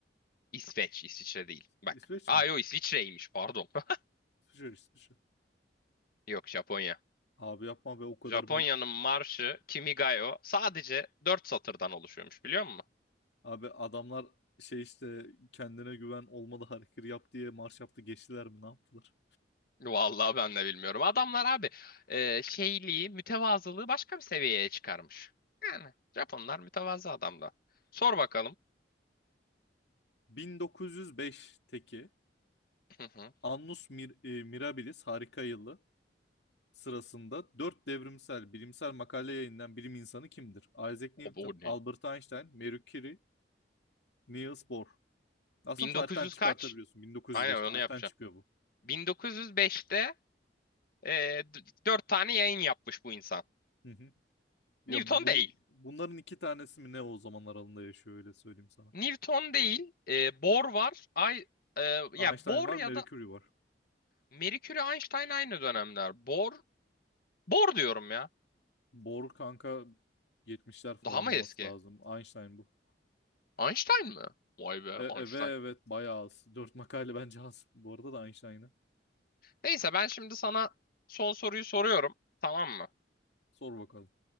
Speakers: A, on the left (about 55°); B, on the left (about 70°).
A: İsveç, İsviçre değil. Bak.
B: İsveç
A: Aa
B: mi?
A: yok İsviçre'ymiş pardon. <laughs>
B: İsviçre İsviçre.
A: Yok Japonya.
B: Abi yapma be o kadar
A: Japonya'nın
B: mi-
A: marşı Kimigayo sadece 4 satırdan oluşuyormuş biliyor musun?
B: abi adamlar şey işte kendine güven olmalı hareket yap diye marş yaptı geçtiler mi ne yaptılar?
A: Vallahi ben de bilmiyorum. Adamlar abi e, şeyliği, mütevazılığı başka bir seviyeye çıkarmış. Yani Japonlar mütevazı adamlar. Sor bakalım.
B: 1905'teki
A: Hı hı.
B: Annus Mir- e, Mirabilis harika yılı sırasında dört devrimsel bilimsel makale yayınlayan bilim insanı kimdir? Isaac Newton,
A: O, o ne?
B: Albert Einstein, Marie Curie, Niels Bohr. Aslında
A: 1900
B: tarihten çıkartabiliyorsun.
A: kaç?
B: 1905
A: Aynen
B: tarihten
A: onu yapacağım.
B: çıkıyor bu.
A: 1905'te e, d- dört tane yayın yapmış bu insan.
B: Hı hı. Ya
A: Newton
B: bun,
A: değil.
B: bunların iki tanesi mi ne o zaman aralığında yaşıyor öyle söyleyeyim sana.
A: Newton değil. E, Bohr var. Ay, e, ya
B: Einstein
A: Bohr
B: var,
A: ya
B: Mercury
A: da
B: var.
A: Mercury Einstein aynı dönemler. Bohr, Bohr diyorum ya.
B: Bohr kanka yetmişler falan
A: Daha mı
B: olması
A: eski?
B: lazım. Einstein bu.
A: Einstein mi? Vay be
B: E, e,
A: Einstein.
B: ve evet bayağı az. 4 makale bence az. Bu arada da Einstein'ı.
A: Neyse ben şimdi sana son soruyu soruyorum. Tamam mı?
B: Sor bakalım.